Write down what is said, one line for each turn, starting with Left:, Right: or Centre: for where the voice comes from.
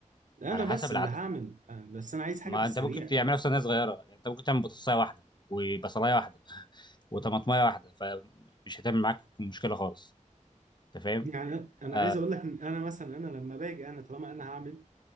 Right: انا
Left: على
Right: بس
Left: حسب العدد
Right: اللي هعمل أنا- بس انا عايز حاجه
Left: ما
Right: في السريع
Left: انت ممكن تعملها في صينيه صغيره يعني انت ممكن تعمل بطاطسايه واحده وبصلايه واحده وطماطمايه واحده فمش هتعمل معاك مشكله خالص انت فاهم
Right: يعني انا
Left: آه
Right: عايز اقول لك ان انا مثلا انا لما باجي انا طالما انا هعمل